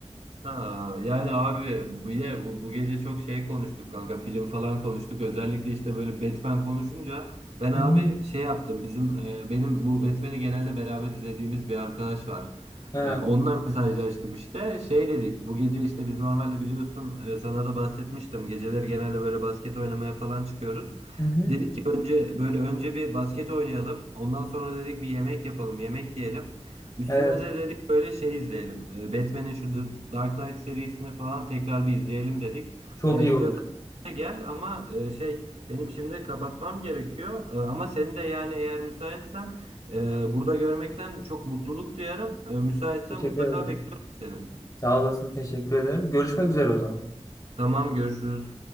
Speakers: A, on the right; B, on the left.
A: Ha, yani abi bu, ye- bu, bu gece çok şey konuştuk kanka film falan konuştuk özellikle işte böyle Batman konuşunca ben
B: Hı
A: abi
B: hı.
A: şey yaptım bizim e, benim bu Batman'i genelde beraber izlediğimiz bir arkadaş var
B: Ha,
A: e, onunla mesajlaştım işte şey dedik bu gece işte biz normalde biliyorsun e, sana da bahsetmiştim geceleri genelde böyle basket oynamaya falan çıkıyoruz
B: hı hı.
A: dedik ki önce böyle önce bir basket oynayalım ondan sonra dedik bir yemek yapalım yemek yiyelim. Üstüne
B: Evet.
A: de dedik böyle şey izleyelim. Ee, Batman'in şu The Dark Knight serisini falan tekrar bir izleyelim dedik.
B: Çok
A: Ya
B: iyi
A: istiyorsan
B: olur.
A: da gel ama e, şey benim şimdi kapatmam gerekiyor. E, Ama seni de yani eğer müsaitsen e, burada görmekten çok mutluluk duyarım. E, Müsaitsen
B: Teşekkür
A: mutlaka
B: ederim.
A: bekliyorum seni.
B: Sağ olasın. Teşekkür ederim. Görüşmek üzere o zaman.
A: Tamam görüşürüz.